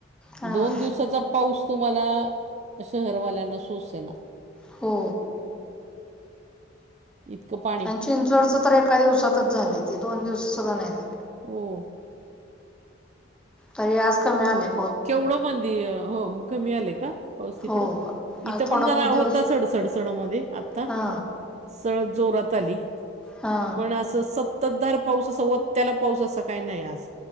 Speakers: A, in the centre; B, on the right (about 35°).
A: हां
B: दोन दिवसाचा पाऊस तुम्हाला शहरवाल्यांना सोसना.
A: हो.
B: इतकं पा
A: आणि चिंचवडच तर एका दिवसातच झालयं, ती दोन दिवस सुद्धा नाही झालं.
B: ओ
A: तरी आज कमी आलयं.
B: केवढं <unintelligible> हो, म कमी आले का? पाऊस तिकडं,
A: हो आज
B: इथं
A: थोडा
B: पण जरा
A: दिवस
B: होता सडसडसड मध्ये आता
A: हा
B: सळ जोरात आली,
A: हा
B: पण असं संततधार पाऊस अस वत्याला पाऊस अस काही नाही, आज.